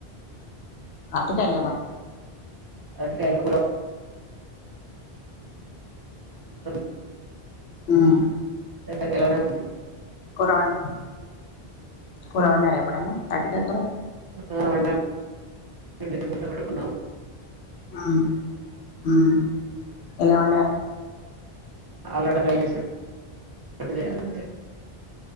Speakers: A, on the left (about 80°); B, on the right (about 35°).
A: అట్టుకెళ్ళావా
B: అరటికాయలు కూడా <unintelligible>
A: ఉమ్
B: పెద్ద గెల్లానే ఉంది
A: కూరాన్ కూరవండరా ఎప్పుడన్నా అరటికాయ కూర
B: హా వొందన్ ఎం అయింది దాబునే పడుకున్నావు
A: హా ఉమ్ ఎలా వండారు
B: ఆలుగడ్డ ఫ్రై చేశా చేసినట్టు చేయాలి అంతే